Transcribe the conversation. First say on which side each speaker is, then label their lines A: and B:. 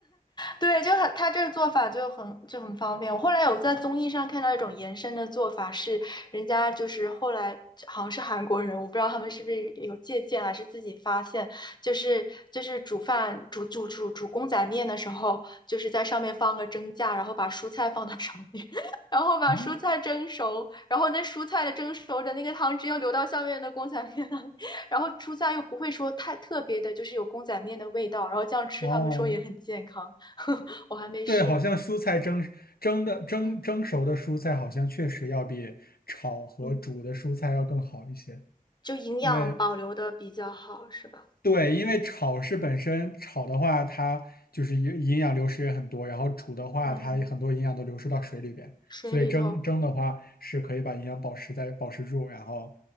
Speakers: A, on the left (about 30°); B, on the left (about 85°).
A: 对，就很，他这个做法就很就很方便。我后来有在综艺上看到一种延伸的做法是，人家就是后来好像是韩国人，我不知道他们是不是有借鉴还是自己发现，就是就是煮饭煮煮煮煮公仔面的时候，就是在上面放个蒸架，然后把蔬菜放到上面，<laughs> 然后把蔬菜蒸熟，
B: 啊！
A: 然后那蔬菜的蒸熟的那个汤汁又流到下面的公仔面那里然后蔬菜又不会说太特别的，就是有公仔面的味道，然后这样吃，
B: 哦，
A: 他们说也很健康。<laughs> 我还没试过。
B: 对，好像蔬菜蒸蒸的蒸蒸熟的蔬菜，
A: 嗯
B: 好像确实要比炒和煮的蔬菜要更好一些。
A: 嗯，就营养保留的比较好，
B: 因为
A: 是吧？
B: 对，因为炒是本身炒的话，它就是营营养流失也很多，然后煮的话，
A: 嗯，
B: 它很多营养都流失到水里边，
A: 水里头，
B: 所以蒸蒸的话是可以把营养保持在保持住，然后